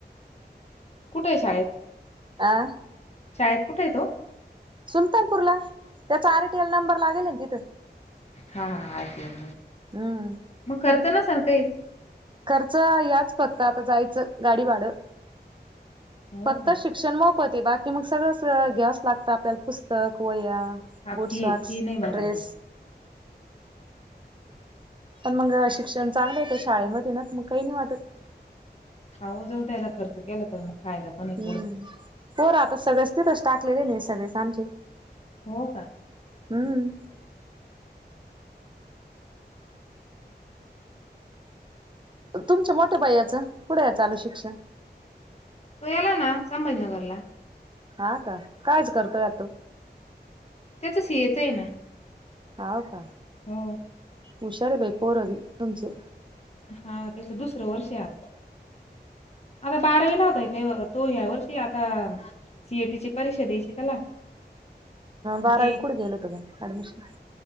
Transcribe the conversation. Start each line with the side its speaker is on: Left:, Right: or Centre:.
Left: कुठे आहे शाळेतं
Right: आं
Left: शाळेतं कुठे आहे तो
Right: सुलतांनपूरलां त्यांचा आरटीएल नंबर लागेल आहे नां तिथं
Left: हां आं अच्छा
Right: हम्मं
Left: मंग करतां नां सांग कांहींच
Right: खर्च यांचं फक्तं आंता जायचं गांडी भाडं
Left: हो
Right: फक्तं
Left: का?
Right: शिक्षणं मोफतं आहे बाकी मगं सगळं चं घ्यावचं लागतं आपल्यांला पुस्तकं वह्यां
Left: हा
Right: बूंट
Left: फी
Right: सॉक्स
Left: फी नाही भरायचं.
Right: ड्रेस पणं मंग शिक्षणं चांगलं येतं शाळेमध्यें नां मगं कांहीं नाहीं वाटतं
Left: हा जाऊ द्यायला खर्च केला तर मग फायदा पण आहे
Right: हम्म
Left: पुढं.
Right: पोर आता सगळेच तथच टाकलेले नाही सगळेच आमचे
Left: हो का
Right: हम्म तुमच्या मोठ्या बाईयाचं कुठे या चालु शिक्षण?
Left: तो याला ना संभाजीनगर ला.
Right: हा का कायच करतोय तो?
Left: त्याच सीएच आहे ना.
Right: होव का
Left: हो.
Right: हूशार बाई पोरवी तुमची.
Left: हा त्याच दुसरं वर्ष आ आता बारावी नव्हताय ते तो या्या वर्षी आता, सीएटीची परीक्षा द्यायची त्याला.
Right: बारावीईल
Left: जे
Right: कुट गेलं तग ऍडमिशन?